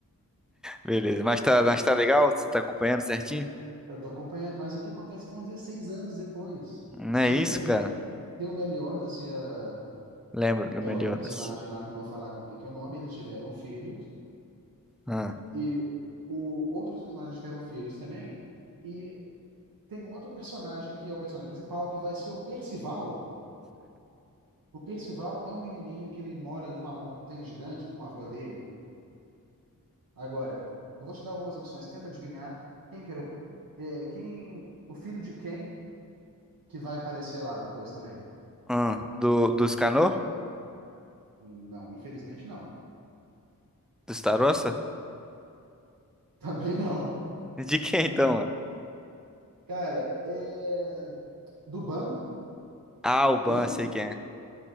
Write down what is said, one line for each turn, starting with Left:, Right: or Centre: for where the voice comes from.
Centre: Beleza. Mas tá, mas tá legal? Você tá acompanhando certinho?
Right: Eu tô acompanhando, mas o que acontece foram 16 anos depois.
Centre: Não
Right: Você
Centre: é isso,
Right: lembra do.
Centre: cara?
Right: Tem o Meliodas e a,
Centre: Lembro do
Right: é
Centre: Meliodas.
Right: outra personagem lá que eu não vou falar com quem que é o nome, eles tiveram filhos.
Centre: Ah,
Right: E o, outros personagens tiveram filhos também. E tem um outro personagem que é o personagem principal, que vai ser o Percival. O Percival é um menininho que ele mora numa montanha gigante com o avô dele. Agora, eu vou te dar algumas opções, tenta adivinhar quem que era o É, quem, o filho de quem que vai aparecer lá depois também?
Centre: ah, do, do Escanor?
Right: Não, infelizmente não. <laughs>
Centre: Do Starossa?
Right: Também não.
Centre: De quem então, mano?
Right: Cara, é, do Ban
Centre: Ah, o Ban,
Right: e,
Centre: sei quem é.